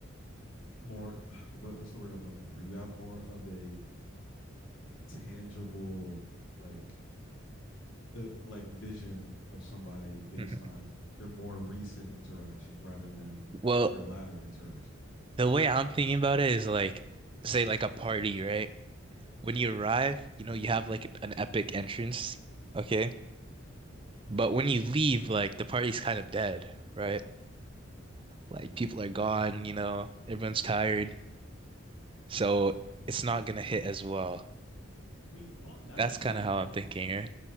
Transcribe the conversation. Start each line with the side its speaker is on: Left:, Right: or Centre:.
Left: more <sighs> what, what's the word I'm looking for? You have more of a tangible like uh, like vision of somebody based
Right: Mhm.
Left: on their more recent interaction rather than
Right: Well,
Left: their latter interaction.
Right: the way I'm thinking about it is like, say like a party, right? when you arrive, you know, you have like an epic entrance, okay? But when you leave, like the party's kind of dead, right? Like people are gone, you know, everyone's tired. So it's not gonna hit as well.
Left: I mean, well,
Right: That's
Left: that's actually
Right: kind
Left: a good
Right: of how I'm
Left: point.
Right: thinking, right?